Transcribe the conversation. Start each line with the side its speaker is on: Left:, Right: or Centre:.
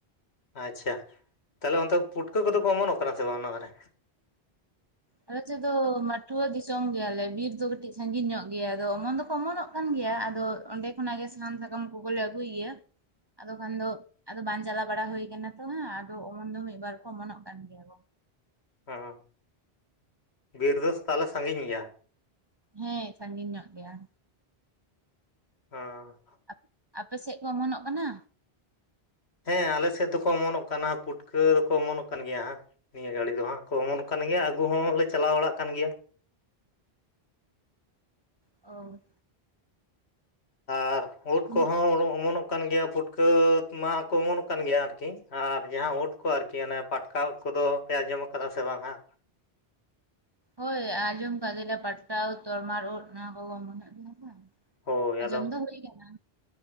Left: ᱟᱪᱪᱷᱟ, ᱛᱟᱦᱚᱞᱮ ᱚᱱᱛᱮ ᱯᱩᱴᱠᱟᱹ ᱠᱚᱫᱚ ᱠᱚ ᱚᱢᱚᱱᱚᱜ ᱠᱟᱱᱟ ᱥᱮ ᱵᱟᱝ ᱚᱱᱟ ᱫᱷᱟᱨᱮ?
Right: ᱟᱞᱮᱥᱮᱫ ᱫᱚ ᱢᱟᱴᱷᱣᱟᱹ ᱫᱤᱥᱚᱢ ᱜᱮᱭᱟᱞᱮ ᱵᱤᱨ ᱫᱚ ᱠᱟᱴᱤᱡ ᱥᱟᱜᱤᱧ ᱧᱚᱜ ᱜᱮᱭᱟ ᱟᱫᱚ ᱚᱢᱚᱱ ᱫᱚᱠᱚ ᱚᱢᱚᱱᱚᱜ ᱠᱟᱱ ᱜᱮᱭᱟ ᱟᱫᱚ ᱚᱰᱮ ᱠᱷᱚᱱᱟᱜ ᱜᱮ ᱥᱟᱦᱟᱱ ᱥᱟᱠᱟᱢ ᱠᱚᱜᱚᱞᱮ ᱟᱜᱩᱭ ᱜᱮᱭᱟ ᱟᱫᱚ ᱠᱷᱟᱱ ᱫᱚᱼ ᱟᱫᱚ ᱵᱟᱝ ᱪᱟᱞᱟᱣ ᱵᱟᱲᱟ ᱦᱩᱭ ᱟᱠᱱᱟ ᱛᱚ ᱦᱟᱜ, ᱟᱫᱚ ᱚᱢᱚᱱ ᱫᱚ ᱢᱤᱫᱵᱟᱨ ᱠᱚ ᱚᱢᱚᱱᱚᱜ ᱠᱟᱱ ᱜᱮᱭᱟ ᱠᱚ᱾
Left: ᱚᱸ ᱵᱤᱨ ᱫᱚ ᱛᱟᱦᱚᱞᱮ ᱥᱟᱜᱤᱧ ᱜᱮᱭᱟ?
Right: ᱦᱮᱸ ᱥᱟᱜᱤᱧ ᱧᱚᱜ ᱜᱮᱭᱟ?
Left: ᱚᱸᱻ
Right: ᱟᱯ ᱟᱯᱮ ᱥᱮᱫ ᱠᱚ ᱚᱢᱚᱱᱚᱜ ᱠᱟᱱᱟ?
Left: ᱦᱮᱸ ᱟᱞᱮ ᱥᱮᱫ ᱫᱚᱠᱚ ᱚᱢᱚᱱᱚᱜ ᱠᱟᱱᱟ ᱯᱩᱴᱠᱟᱹ ᱫᱚᱠᱚ ᱠᱚ ᱚᱢᱚᱱᱚᱜ ᱠᱟᱱ ᱜᱮᱭᱟ ᱦᱟᱸᱜ᱾ ᱱᱤᱭᱟᱹ ᱜᱷᱟᱲᱤ ᱫᱚ ᱦᱟᱸᱜ ᱠᱚ ᱚᱢᱚᱱᱚᱜ ᱠᱟᱱ ᱜᱮᱭᱟ ᱟᱹᱜᱩ ᱦᱚᱞᱮ ᱪᱟᱞᱟᱣ ᱵᱟᱲᱟᱜ ᱠᱟᱱ ᱜᱮᱭᱟ᱾
Right: ᱚᱻ
Left: ᱟᱨ ᱳᱫ
Right: ᱩᱱᱟᱹᱜ
Left: ᱠᱚᱦᱚ ᱚᱢᱚᱱᱚᱜ ᱠᱟᱱ ᱜᱮᱭᱟ ᱯᱩᱴᱠᱟᱹ ᱢᱟᱠᱚ ᱚᱢᱚᱱᱚᱜ ᱠᱟᱱ ᱜᱮᱭᱟ ᱟᱨᱠᱤ, ᱟᱨ ᱡᱟᱦᱟ ᱳᱫ ᱠᱚ ᱟᱨᱠᱤ ᱦᱟᱱᱮ ᱯᱟᱴᱠᱟ ᱩᱴ ᱠᱚᱫᱚᱼ ᱯᱮ ᱟᱸᱡᱚᱢ ᱟᱠᱟᱫᱟ ᱥᱮ ᱵᱟᱝ ᱦᱟᱸᱜ?
Right: ᱦᱳᱭ ᱟᱸᱡᱚᱢ ᱟᱠᱟᱫ ᱜᱮᱭᱟ ᱞᱮ ᱯᱟᱴᱠᱟ ᱩᱫ, ᱛᱚᱨᱢᱟᱨ ᱳᱫ ᱚᱱᱟ ᱠᱚᱜᱚ ᱚᱢᱚᱱᱚᱜᱜ ᱜᱮᱭᱟ ᱵᱟᱝ᱾
Left: ᱦᱳᱭ
Right: ᱟᱸᱡᱚᱢ
Left: ᱟᱫᱚ
Right: ᱫᱚ ᱦᱩᱭ ᱠᱟᱱᱟ᱾